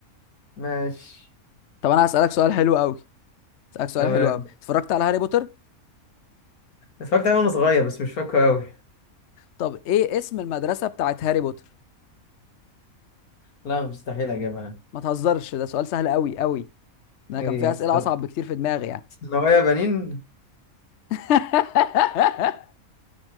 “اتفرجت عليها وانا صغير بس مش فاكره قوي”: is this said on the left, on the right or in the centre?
Left